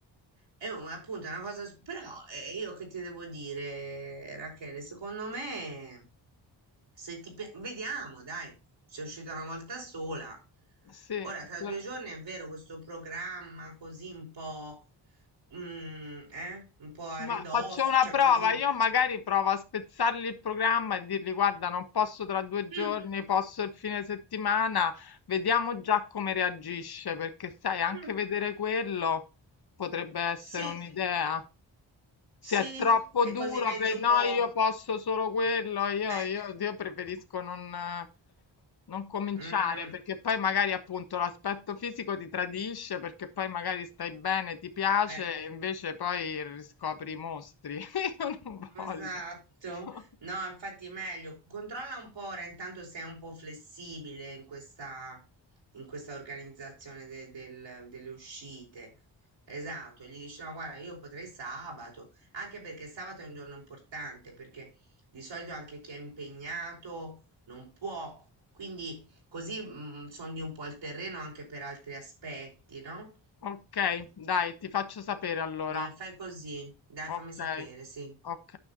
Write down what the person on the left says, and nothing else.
sì,
però-
Ma
faccio una
prova,
io magari provo a spezzargli il programma e dirgli guarda, non posso tra due giorni,
posso il fine settimana, vediamo già come reagisce, perché sai, anche
vedere quello potrebbe essere
un'idea. Se
è troppo
duro
per
no,
io posso solo quello, io,
io, io preferisco non, eh, non cominciare
perché poi magari appunto l'aspetto fisico ti tradisce perché poi magari stai bene, ti piace
e invece poi riscopri i mostri. <laughs> Io non voglio.
<laughs>
Ok, dai, ti faccio sapere allora.
Ok,
ok.